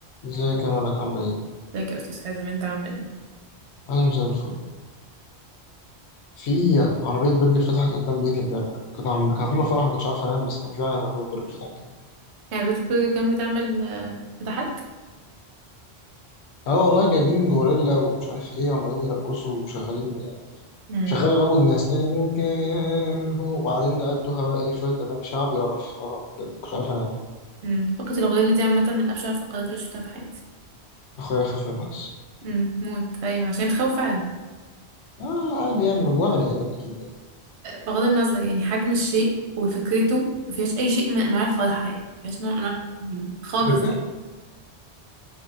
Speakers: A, on the left; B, on the right.
A: ازيك يا ملك عاملة ايه؟
B: ازيك يا استاذ حازم انت عامل ايه
A: أنا زي الفل في عربية برجر فتحت قدام بيتي امبارح كنت عم... كان عاملة فرح ومكنتش عارف أنام بس كان في عربية برجر فتحت قدام بيتي
B: يعني بيت برجر كان بتعمل آه، فتحات
A: اه والله جايبين غوريلا ومش عارف ايه وعمالين يرقصوا وشغالين
B: امم
A: شغالوا الأول ناس قالك يا من هو وبعدين ده أدوها بقى ايه شوية أغاني شعبي قرف قرف بجد مكنتش عارف أنام
B: امم فقرة الغوريلا دي عامة من أبشع الفقرات اللي شفتها في حياتي
A: أخويا يخاف منها بس
B: امم موت أيوة عشان بتخوف فعلا
A: اه عادي يعني مجموعة بني آدم أكيد يعني
B: بغض النظر يعني حجم الشيء وفكرته مفيهاش أي شيء من أنواع الفرحة يعني مفيهاش نوع من أنواع التحميم خالص
A: <laughs>
B: يعني